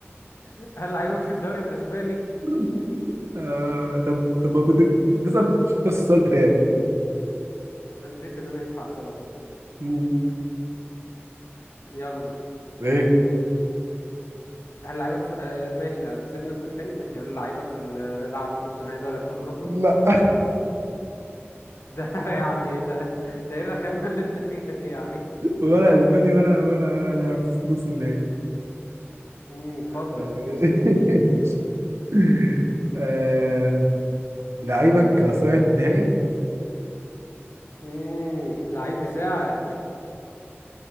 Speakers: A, on the left; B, on the right.
A: <laughs> هل لعيبك في الدوري الاسباني
B: <laughs> آه... طب طب ما كنت تسأل نفس السؤال بتاعي
A: انا نسيت ان انا ينفع اساله اصلا
B: مم.
A: يلا
B: ايه
A: هل لعيبك في آه ماشي هتسيبني اسال تاني ماشي هل لعيبك في ال- آه، لعب في نص نهائي دوري ابطال اوروبا
B: لا
A: ده <laughs> يعني ده ده ايه الرخامه اللي انت فيها دي يعني
B: ولا اسباني ولا ولا ولا لاعب في نص النهائي
A: امم اتفضل
B: آه. <laughs> <laughs> آه... لعيبك صاعد نهائي
A: امم لعيب يساعد